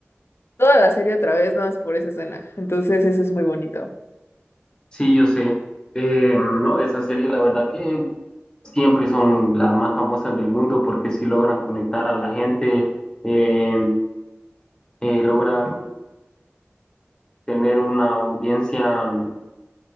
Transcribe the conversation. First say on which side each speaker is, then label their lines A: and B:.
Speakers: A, on the left (about 65°); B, on the left (about 20°).
A: toda la serie otra vez, nada más por esa escena. Entonces, eso es muy bonito.
B: Sí, yo sé. Eh, no, esa serie, la verdad que siempre son las más famosas del mundo porque sí logran conectar a la gente, eh, eh, logran tener una audiencia